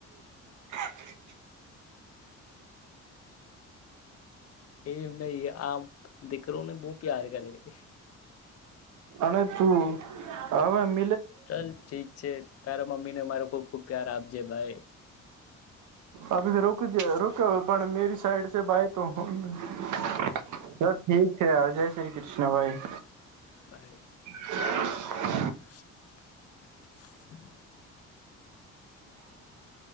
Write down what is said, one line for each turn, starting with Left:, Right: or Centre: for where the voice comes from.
Right: <unintelligible>
Left: એમ નહી આપ દકરો બહુ પ્યાર કરી.
Right: અને તું હવે મ
Left: ચાલ ઠીક છે તારા મમ્મી ને માર ખુબ ખુબ પ્યાર આપજે ભાઈ
Right: અભી રોકજ રોકે પણ મેરી સાઈડ સ ભાઈ તો ચ ઠીક છે આવજે શ્રી કૃષ્ણભાઈ.
Left: <inaudible>
Right: <inaudible>
Left: <inaudible>